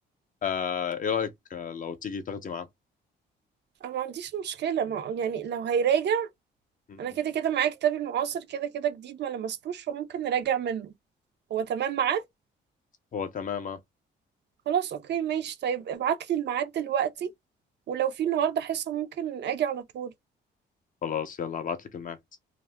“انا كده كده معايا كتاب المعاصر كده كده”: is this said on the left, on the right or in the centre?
Right